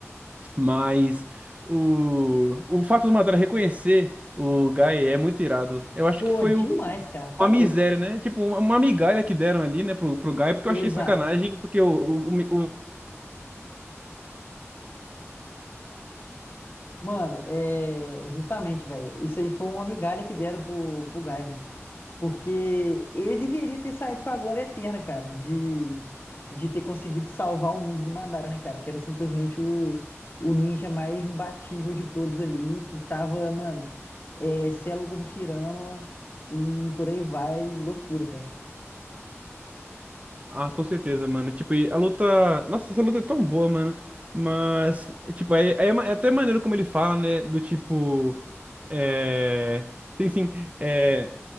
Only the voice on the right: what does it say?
Mas o, o fato do Madara reconhecer o Gai é muito irado. Eu acho
que foi
o-
uma
miséria, né? Tipo, uma, uma migalha que deram ali, né, pro, pro Gai,
porque
eu achei sacanagem, porque o, o, o-
Ah, com certeza, mano. Tipo, e a luta. Nossa, essa luta é tão boa, mano. Mas, tipo, aí, aí é, ma- é até maneiro como ele fala, né? Do tipo. É. Tem sim. é,